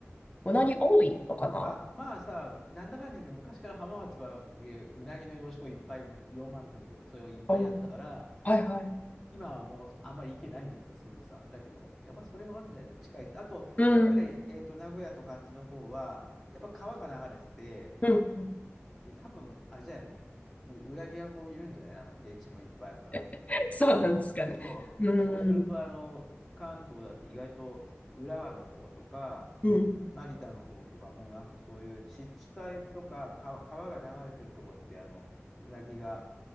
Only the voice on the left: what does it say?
うなぎ多いのかな。
うん。はいはい。
うん。
うん。うん
<laughs> そうなんですかね。
う
ん。
うん。